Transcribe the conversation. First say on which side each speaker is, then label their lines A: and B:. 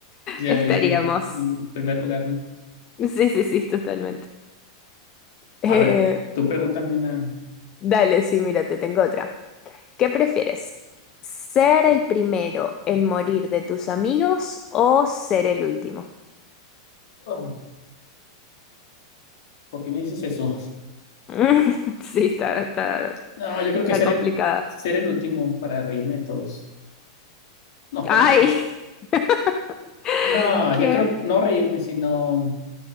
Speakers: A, on the left; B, on the left.
A: Ya,
B: estaríamos.
A: En, en primer lugar, ¿no?
B: Sí, sí, sí, totalmente. Eh,
A: A ver, tú pregúntame una.
B: dale, sí, mira, te tengo otra. ¿Qué prefieres? ¿Ser el primero en morir de tus amigos o ser el último?
A: Oh, ¿Por qué me dices eso?
B: <laughs> Sí, está, está,
A: No, yo creo
B: está
A: que ser
B: complicada.
A: el, ser el último para reírme de todos. No, no
B: ¡Ay!
A: te creo.
B: <laughs>
A: No,
B: ¿Qué?
A: yo creo no reírme, sino.